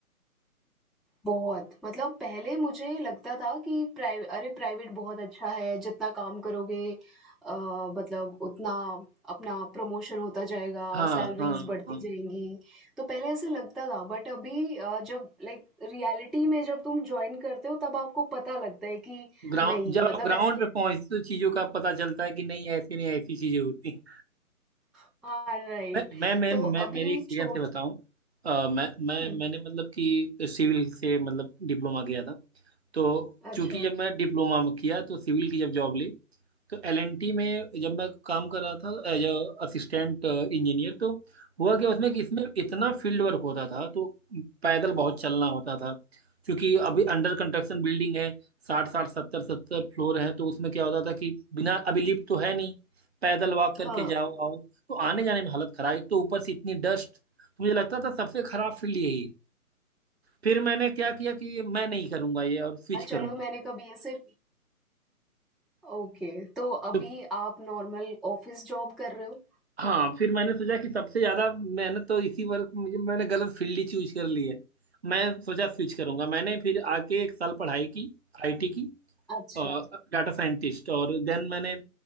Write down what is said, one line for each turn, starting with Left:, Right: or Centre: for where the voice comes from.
Centre: बहुत मतलब पहले मुझे लगता था कि प्राइ अरे! प्राइवेट बहुत अच्छा है, जितना काम करोगे अ, मतलब उतना अपना प्रमोशन होता जाएगा,
Right: हाँ
Centre: सैलरीज़
Right: हाँ
Centre: बढ़ती
Right: हाँ
Centre: जाएँगी। तो पहले ऐसे लगता था बट अभी अ, जब लाइक रियलिटी में जब तुम जॉइन करते हो तब आपको पता लगता है कि
Right: ग्राउंड
Centre: नहीं
Right: जब
Centre: मतलब
Right: आप ग्राउंड
Centre: ऐसे
Right: पे पहुंचते हो, तो चीजों का पता चलता है कि नहीं ऐसी नहीं ऐसी चीजें होती हैं
Centre: हाँ, राइट।
Right: मैं मैं मैं,
Centre: तो
Right: मैं
Centre: अभी
Right: मेरे एक्सपीरियंस
Centre: छो
Right: से बताऊं अ, मैं मैं
Centre: हुँ,
Right: मैंने मतलब कि सिविल से मतलब डिप्लोमा किया था तो
Centre: अच्छा।
Right: चूंकि जब मैं डिप्लोमा में किया तो सिविल की जब जॉब ली तो एलएनटी में जब मैं काम कर रहा था एज असिस्टेंट इंजीनियर तो हुआ क्या उसमें
Centre: हुँ,
Right: कि इसमें इतना फील्ड वर्क होता था तो पैदल बहुत चलना होता था क्योंकि अभी अंडर कंस्ट्रक्शन बिल्डिंग है साठ साठ सत्तर सत्तर फ्लोर है तो उसमें क्या होता था कि बिना अभी लिफ्ट तो है नहीं पैदल वॉक करके
Centre: हाँ।
Right: जाओ आओ तो आने जाने में हालत खराब एक तो ऊपर से इतनी डस्ट तो मुझे लगता था सबसे खराब फील्ड यही है फिर मैंने क्या किया कि मैं नहीं करूंगा ये और स्विच
Centre: हाँ, चलो
Right: करूँ
Centre: मैंने कभी ऐसे ओके तो अभी
Right: तो
Centre: आप नॉर्मल ऑफिस जॉब कर रहे हो?
Right: हाँ फिर मैंने सोचा कि सबसे ज्यादा मेहनत तो इसी वर्क में मुझे मैंने गलत फील्ड ही चूज कर ली है मैं सोचा स्विच करूंगा मैंने फिर आके एक साल पढ़ाई की आईटी की
Centre: अच्छा,
Right: डाटा साइंटिस्ट और देन मैंने